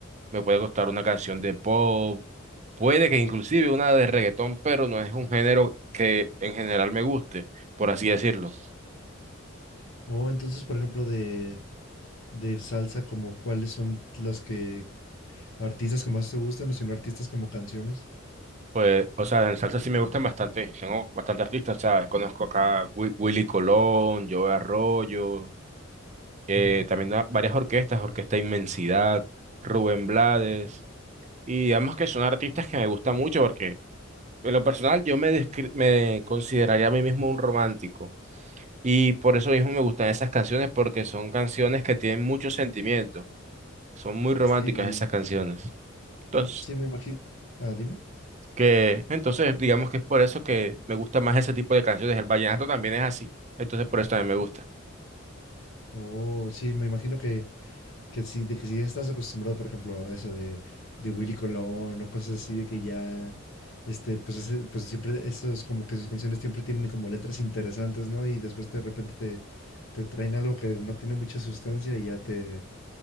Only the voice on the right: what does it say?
me puede gustar una canción de pop, puede que inclusive una de reggaetón, pero no es un género que en general me guste, por así decirlo.
Pues, o sea, en salsa sí me gustan bastante, tengo bastante artistas, o sea, conozco acá Wi- Willy Colón, Joe Arroyo, eh, también a- varias orquestas, Orquesta Inmensidad, Rubén Blades, y digamos que son artistas que me gustan mucho porque En lo personal, yo me, descri- me consideraría a mí mismo un romántico y por eso mismo me gustan esas canciones porque son canciones que tienen mucho sentimiento, son muy románticas
esas canciones. Entonces,
que, entonces digamos que es por eso que me gusta más ese tipo de canciones. El vallenato también es así, entonces por eso también me gusta.